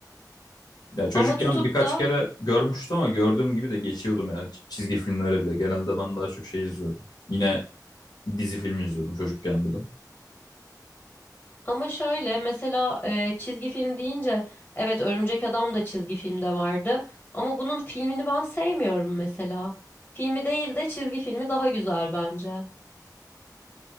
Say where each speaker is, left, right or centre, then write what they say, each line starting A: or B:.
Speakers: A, on the left; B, on the left.
A: Ya çocukken
B: Ama tutup
A: birkaç
B: da
A: kere görmüştüm ama gördüğüm gibi de geçiyordum yani Ç- çizgi filmlere bile. Genelde ben daha çok şey izliyordum. Yine dizi filmi izliyordum çocukken bile.
B: Ama şöyle mesela e, çizgi film deyince evet Örümcek Adam da çizgi filmde vardı ama bunun filmini ben sevmiyorum mesela. Filmi değil de çizgi filmi daha güzel bence.